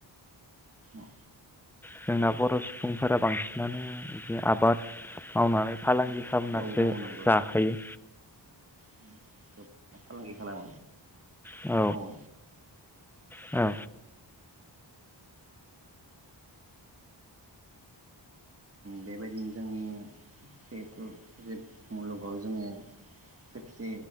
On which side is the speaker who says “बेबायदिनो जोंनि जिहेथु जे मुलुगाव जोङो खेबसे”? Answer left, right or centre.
Right